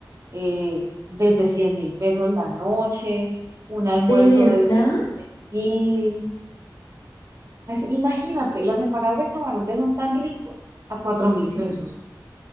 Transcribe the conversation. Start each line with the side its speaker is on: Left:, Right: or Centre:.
Right: eh, desde cien mil pesos la noche, un almuerzo
Left: ¿de verdad?
Right: desde quince mil. Imagínate, las empanadas de camarón que son tan ricas a cuatro mil
Left: Sí.
Right: pesos.